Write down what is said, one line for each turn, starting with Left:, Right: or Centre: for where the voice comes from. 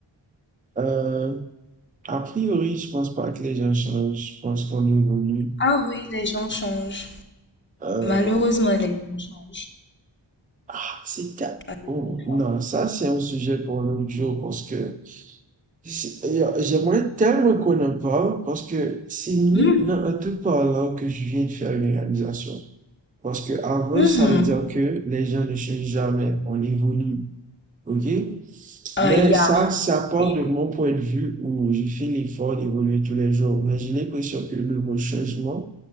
Right: Euh, <laughs> a priori, je pense pas que les gens changent. Je pense qu'on évolue.
Left: Ah oui, les gens changent.
Right: Euh,
Left: Malheureusement, les gens changent.
Right: ah, c'est ta-
Left: Ah, Les
Right: Oh,
Left: gens changent.
Right: non, ça, c'est un sujet pour l'autre jour parce que c'est- euh, j'aimerais tellement qu'on en parle parce que c'est maintenant
Left: Mhm.
Right: en te parlant que je viens de faire une réalisation. Parce que avant,
Left: Mhm.
Right: ça veut dire que les gens ne changent jamais. On évolue. OK?
Left: Euh,
Right: Mais
Left: yeah.
Right: ça, ça part
Left: Yeah.
Right: de mon point de vue où je fais l'effort d'évoluer tous les jours. Mais j'ai l'impression que le mot changement